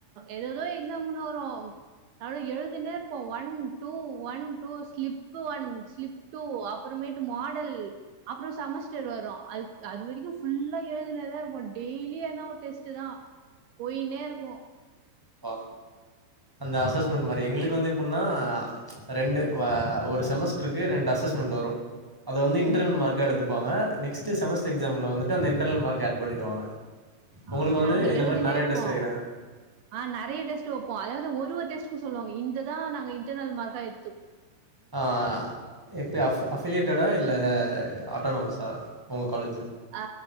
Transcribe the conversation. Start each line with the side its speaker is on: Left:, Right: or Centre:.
Right: எததோ எக்ஸாமுலா வரும் அத எழுதினே இருப்போம் one two one two slip one slip two அப்பறமேட்டு மாடல் அப்புறம் செமஸ்டர் வரும் அது அதுவரைக்கும் ஃபுல்லா எழுதினே தா இருப்போம் டெய்லி எதன ஒரு டெஸ்ட்டு தா போயினே இருக்கும்
Centre: ஆ அந்த அசஸ்மெண்ட் மாதரி எங்களுக்கு வந்து எப்டின்னா ரெண்டு ஆ ஒரு செமஸ்டருக்கு ரெண்டு அசஸ்மெண்ட்டு வரும் அத வந்து இன்டர்னல்
Right: ம்
Centre: மார்க்கா எடுத்துப் பாங்க நெக்ஸ்ட்டு செமஸ்டர் எக்ஸாம்ல வந்துட்டு அந்த இன்டர்னல் மார்க் ஆட் பண்ணிடுவாங்க
Right: ஆ
Centre: உங்களுக்கு வந்து
Right: நாங்க
Centre: இந்த
Right: எழுதினே
Centre: மாரி நெறைய
Right: இருப்போம்
Centre: டெஸ்ட் வைக்கிறாங்க
Right: உ நறையா டெஸ்ட்டு வைப்போம் அதாவது ஒரு ஒரு டெஸ்ட் டு சொல்லுவாங்க இந்த தா நாங்க இன்டர்னல் மார்க்கா எடு
Centre: ஆ எப்பி ஆஃப அபிலியேட்டடா இல்ல ஆட்டோனமஸா உங்க காலேஜி
Right: ஆ